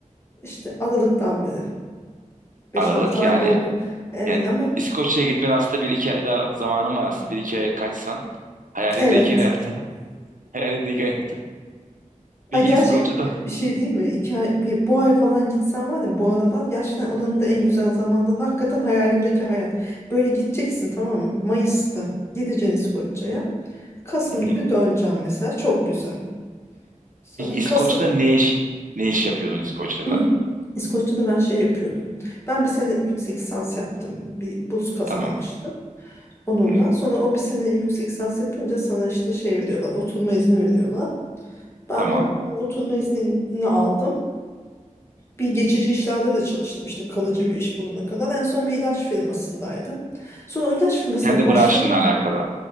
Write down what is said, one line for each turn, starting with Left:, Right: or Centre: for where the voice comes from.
Left: İşte Aralık'tan beri beş
Right: Aralık
Left: 6 ay
Right: yani
Left: oldu. Evet
Right: yani
Left: ama
Right: İskoçya'ya gitmen aslında bir iki ay daha zamanın var aslında. Bir iki aya kaçsan hayalindeki
Left: evet
Right: hayatı. <laughs> Hayalindeki hayatı. Peki
Left: Ay gerçekten
Right: İskoçya'da
Left: bir şey değil mi? İki ay, bir, bu ay falan gitsen var ya bu aralar gerçekten oranın da en güzel zamanda. Hakikaten hayalimdeki hayat. Böyle gideceksin tamam mı? Mayıs'ta gideceksin İskoçya'ya. Kasım
Right: Hı hı.
Left: gibi döneceğim mesela. Çok güzel. Sonra
Right: Peki İskoçya'da
Left: Kasım
Right: ne iş ne iş yapıyordun İskoçya'da?
Left: <clears throat> İskoçya'da ben şey yapıyordum. Ben bir sene yüksek lisans yaptım. Bir burs kazanmıştım
Right: Tamam.
Left: onunla.
Right: Hı hı.
Left: Sonra o bir sene yüksek lisans yapınca sana işte şey veriyorlar. Oturma izni veriyorlar. Ben
Right: Tamam.
Left: de o oturma iznini aldım. bir geçici işlerde de çalıştım işte kalıcı bir iş bulana kadar. En son bir ilaç firmasındaydım. Sonra o ilaç firmasına
Right: Kendi
Left: başla
Right: branşınla alakalı.